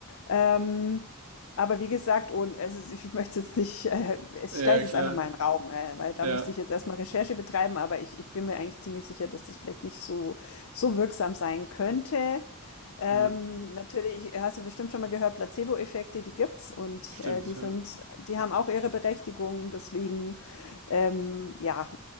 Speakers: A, on the left; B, on the right.
A: Ähm, aber wie gesagt, und es ist- ich möchte jetzt nicht, äh, es-
B: ja,
A: ich stelle es jetzt
B: klar.
A: einfach mal in den Raum, äh, weil da
B: Ja,
A: müsste ich jetzt erstmal Recherche betreiben, aber ich, ich bin mir eigentlich ziemlich sicher, dass das vielleicht nicht so, so wirksam sein könnte. Ähm,
B: ja,
A: natürlich hast du bestimmt schon mal gehört, Placebo-Effekte, die gibt's und
B: stimmt,
A: äh, die
B: ja.
A: sind, die haben auch ihre Berechtigung. Deswegen, ähm, ja,